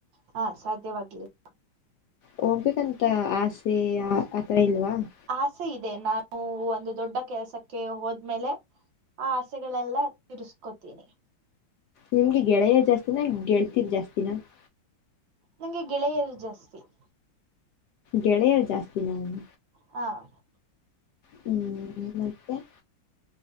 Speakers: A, on the right; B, on the left.
A: ಹಾ ಸಾಧ್ಯವಾಗಲಿ. <inaudible>
B: ಹೋಗ ಬೇಕಂತ ಆಸೆ ಆತರ ಇಲ್ವಾ? <inaudible>
A: ಆಸೆ ಇದೆ ನಾನು ಒಂದು ದೊಡ್ಡ ಕೆಲ್ಸಕ್ಕೆ ಹೋದ್ಮೇಲೆ? <inaudible> ಆ ಆಸೆಗಳ ಎಲ್ಲಾ ತಿರಸ್ಕೋತೀನಿ. <inaudible>
B: ನಿಮಗೆ ಗೆಳೆಯ ಜಾಸ್ತಿನಾ ಗೆಳತಿರ್ ಜಾಸ್ತಿನಾ? <inaudible>
A: ನಂಗೆ ಗೆಳೆಯರು ಜಾಸ್ತಿ. <inaudible>
B: ಗೆಳೆಯರ ಜಾಸ್ತಿ ನಾ? <inaudible>
A: ಹಾ <inaudible>
B: ಹೂ ಮತ್ತೆ? <inaudible>